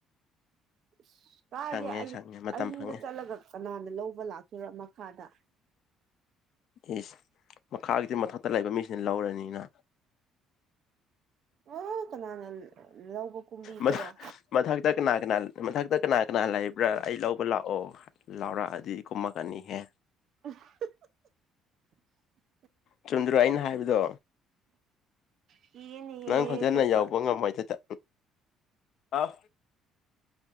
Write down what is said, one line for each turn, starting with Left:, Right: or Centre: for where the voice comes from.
Right: ꯑꯁ ꯀꯥꯏꯗꯩ
Left: ꯁꯪꯉꯦ
Right: ꯑꯩ
Left: ꯁꯪꯉꯦ ꯃꯇꯝ
Right: ꯑꯍꯤꯡꯗ
Left: ꯐꯪꯉꯦ
Right: ꯆꯠꯂꯒ ꯀꯅꯥꯅ ꯂꯧꯕ ꯂꯥꯛꯇꯣꯏꯔ ꯃꯈꯥꯗ
Left: ꯏꯁ ꯃꯈꯥꯒꯤꯗꯤ ꯃꯊꯛꯇ ꯂꯩꯕ ꯃꯤꯁꯤꯅ ꯂꯧꯔꯅꯤꯅ
Right: ꯑ ꯀꯅꯥꯅ ꯂꯧꯕ ꯀꯨꯝꯕꯤꯒꯦꯔꯣ
Left: ꯃꯊ ꯃꯊꯛꯇ ꯀꯅꯥ ꯀꯅꯥ ꯃꯊꯛꯇ ꯀꯅꯥ ꯀꯅꯥ ꯂꯩꯏꯕ꯭ꯔꯥ ꯑꯩ ꯂꯧ ꯄꯨ ꯂꯥꯛꯑꯣ ꯂꯥꯎꯔꯛꯑꯗꯤ ꯀꯨꯝꯃꯛꯀꯅꯤꯍꯦ
Right: <unintelligible>
Left: ꯆꯨꯟꯗ꯭ꯔꯣ ꯑꯩꯅ ꯍꯥꯏꯕꯗꯣ
Right: ꯀꯤꯌꯦꯅꯦꯍꯦ
Left: ꯅꯪ ꯈꯣꯟꯖꯦꯟꯗꯣ
Right: ꯆꯠꯄ
Left: ꯌꯧꯕ ꯉꯝꯃꯣꯏꯗꯨꯗ ꯑ ꯍꯥꯎ